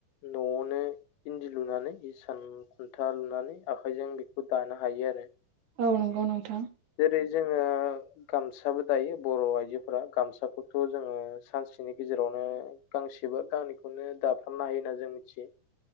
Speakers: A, on the left (about 80°); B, on the right (about 65°).
A: न'आवनो इन्दि लुनो नानै इसान खुन्था लुनानै आखाइजों बेखौ दानो हायो आरो
B: औ नंगौ नोंथां
A: जेरै जोङो गामसाबो दायो बर' आइजोफोरा गामसाखौ थ' जोङो सानसेनि गेजेरावनो गांसेबा गांनैखौनो दाफ्रामनो हायो होनना जों मिथियो